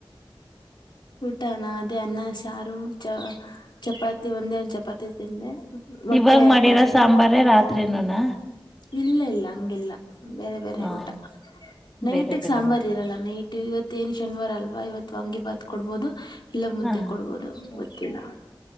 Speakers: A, on the left; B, in the centre.
A: ಊಟ ನ ಅದೇ ಅನ್ನ ಸಾರು ಚ ಚಪಾತಿ ಒಂದೇ ಒಂದ ಚಪಾತಿ ತಿಂದೆ. ಮೊಟ್ಟೆ
B: ಇವಾಗ ಮಾಡಿರೋ
A: ಪಲ್ಯ
B: ಸಾಂಬಾರೆ ರಾತ್ರಿನುನಾ.
A: ಇಲ್ಲ ಇಲ್ಲ ಹಂಗೆಲ್ಲ ಬೇರೆ ಬೇರೆ
B: ಹಾ
A: ಊಟ ನೈಟಿಗೆ
B: ಬೇರೆ ಬೇರೆ
A: ಸಾಂಬಾರ್
B: ಮಾಡ
A: ಇರಲ್ಲ ನೈಟ್. ಇವತ್ ಏನ್ ಶನಿವಾರ ಅಲ್ವಾ ಇವತ್ತು ವಾಂಗ್ಗಿಭಾತ್ ಕೊಡಬಹುದು ಇಲ್ಲ ಮುದ್ದೆ
B: ಹಾ
A: ಕೊಡಬಹುದು. <unintelligible>